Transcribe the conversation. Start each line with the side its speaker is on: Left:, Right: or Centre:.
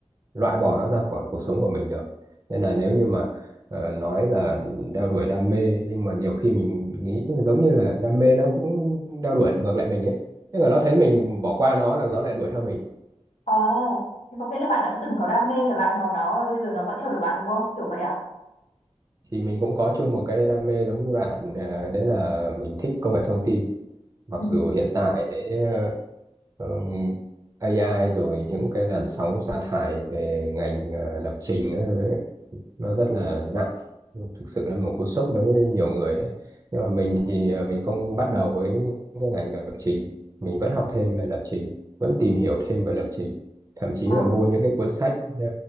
Right: loại bỏ nó ra khỏi cuộc sống của mình được nên là nếu như mà ờ, nói là đeo đuổi đam mê nhưng mà nhiều khi mình nghĩ giống như là đam mê nó cũng đeo đuổi ngược lại mình ấy tức là nó thấy mình bỏ qua nó là nó lại đuổi theo mình
Left: Ờ, thế có nghĩa là bạn đã từng có đam mê và bạn bỏ nó và bây giờ nó vẫn theo đuổi bạn đúng không? Kiểu vậy à?
Right: thì mình cũng có chung một cái đam mê giống như bạn ờ, đấy là mình thích công nghệ thông tin mặc
Left: Ừ.
Right: dù hiện tại đấy ờ, ừm, AI rồi những cái làn sóng sa thải về ngành ờ, lập trình ấy. nó rất là nặng thực sự là một cú sốc đối với nhiều người đấy nhưng mà mình thì à, mình không bắt đầu với cái ngành lập trình mình vẫn học thêm về lập trình vẫn tìm hiểu thêm về lập trình thậm chí
Left: Ờ,
Right: là mua những cái cuốn sách ờ,